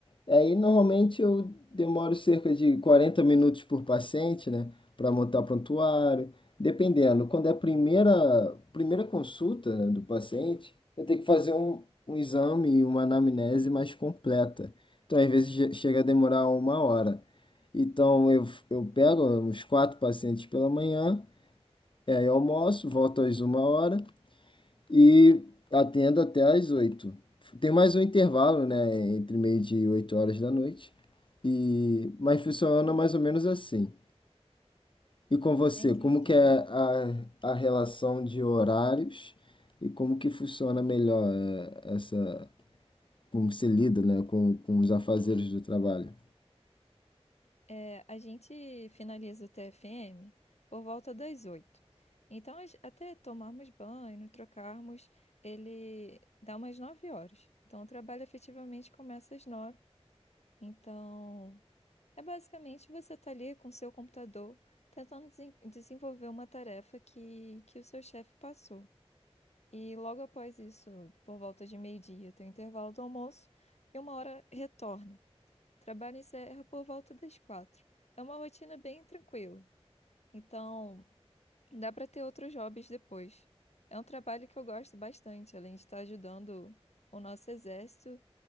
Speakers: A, on the left; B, on the left.
A: Aí normalmente eu demoro cerca de 40 minutos por paciente, né? Para montar prontuário, dependendo. Quando é a primeira, primeira consulta, né, do paciente, eu tenho que fazer um, um exame e uma anamnese mais completa. Então, às vezes, che- chega a demorar uma hora. Então eu, eu pego uns quatro pacientes pela manhã, e aí eu almoço, volto às uma hora e atendo até às oito. Tem mais um intervalo, né, entre meio-dia e oito horas da noite. E mas funciona mais ou menos assim. E com você,
B: Entendi.
A: como que é a, a relação de horários e como que funciona melhor eh, essa, como você lida, né, com, com os afazeres do trabalho?
B: É, a gente finaliza o TFM por volta das oito. Então, as- até tomarmos banho, trocarmos, ele dá umas nove horas. Então, o trabalho efetivamente começa às nove. Então, é basicamente você tá ali com o seu computador tentando desen- desenvolver uma tarefa que, que o seu chefe passou. E logo após isso, por volta de meio-dia, tem o intervalo do almoço e uma hora retorna. Trabalho encerra por volta das quatro. É uma rotina bem tranquila, então dá para ter outros hobbies depois. É um trabalho que eu gosto bastante, além de estar ajudando o nosso exército,